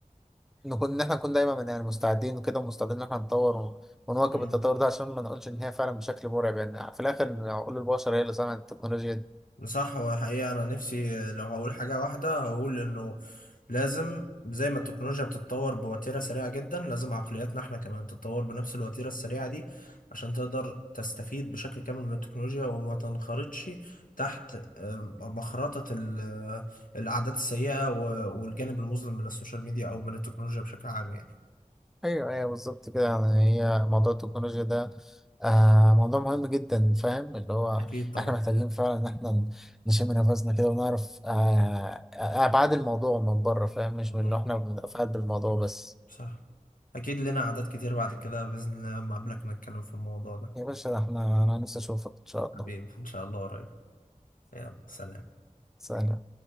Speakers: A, in the centre; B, on the left (about 80°).
A: نكون إن إحنا نكون دايما يعني مستعدين وكده ومستعدين إن إحنا نطور ون- ونواكب
B: شايف
A: التطور ده عشان ما نقولش إن هي فعلا بشكل مرعب يعني في الآخر عقول البشر هي اللي صنعت التكنولوجيا دي
B: صح هو حقيقة أنا نفسي لو هقول حاجة واحدة هقول إنه لازم زي ما التكنولوجيا بتتطور بوتيرة سريعة جدا لازم عقلياتنا إحنا كمان تتطور بنفس الوتيرة السريعة دي عشان تقدر تستفيد بشكل كامل من التكنولوجيا وما تنخرطش تحت آم، مخرطة ال- آه، العادات السيئة و- والجانب المظلم من السوشيال ميديا أو من التكنولوجيا بشكل عام يعني
A: أيوه أيوه بالظبط كده يعني هي موضوع التكنولوجيا ده آه موضوع مهم جدا فاهم اللي هو
B: أكيد طبعا
A: إحنا محتاجين فعلا إن إحنا ن- نشم نفسنا كده ونعرف آه آه، أبعاد الموضوع من بره فاهم مش
B: <laughs> مهم.
A: من اللي إحنا بنتفاعل بالموضوع بس
B: صح أكيد لنا عادات كتير بعد كده بإذن الله لما أقابلك نتكلم في الموضوع ده
A: يا باشا ده إحنا أنا نفسي أشوفك إن شاء الله
B: حبيبي إن شاء الله قريب يلا سلام
A: سلام